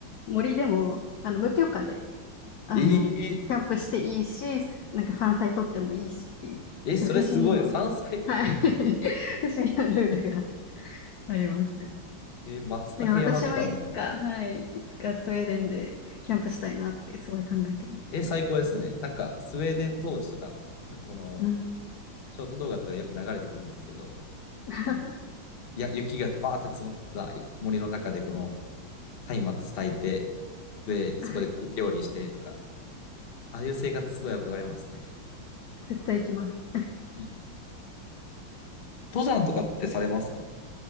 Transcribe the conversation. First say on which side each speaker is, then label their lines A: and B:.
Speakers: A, on the left; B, on the left.
A: 森でも、あの、無許可で、あの、
B: えー、
A: キャンプしていいし、なんか山菜取ってもいいしっていう、
B: え、それすごい。
A: 不思議な、
B: 山菜とってすごいです。
A: はい、<laughs> 不思議なルールがありますよ。
B: えー、松茸山とかもみたいな。
A: だ私もいつか、はい、いつかスウェーデンでキャンプしたいなってすごい考えてます。
B: えー、最高ですね。なんか、スウェーデン統治とか、なんかこの、
A: うん。
B: ショート動画とかでよく流れてくるんですけど、
A: <laughs>
B: その、いや、雪がバーって積もった森の中でこの松明炊いて、で、そこで料理してとか、
A: はい、
B: ああいう生活すごい憧れますね。
A: 絶対行きます。
B: うん。登山とかってされますか